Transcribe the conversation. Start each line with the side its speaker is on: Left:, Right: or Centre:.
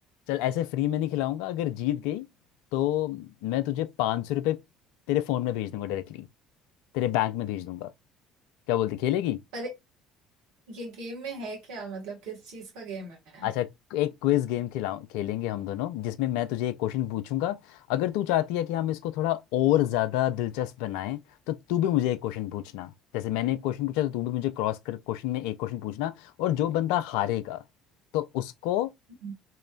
Left: चल ऐसे फ्री में नहीं खिलाऊंगा अगर जीत गई तो मैं तुझे पाँच सौ रुपये तेरे फ़ोन में भेज दूंगा डायरेक्टली तेरे बैंक में भेज दूंगा क्या बोलती खेलेगी
Right: पर ये गेम में है क्या मतलब किस चीज का गेम है
Left: अच्छा एक क्विज गेम खिलाऊं खेलेंगे हम दोनों जिसमें मैं तुझे एक क्वेश्चन पूछूंगा अगर तू चाहती है कि हम इसको थोड़ा और ज़्यादा दिलचस्प बनाएं तो तू भी मुझे एक क्वेश्चन पूछना जैसे मैंने एक क्वेश्चन पूछा तो तू भी मुझे क्रॉस कर क्वेश्चन में एक क्वेश्चन पूछना और जो बंदा हारेगा तो उसको
Right: हम्म।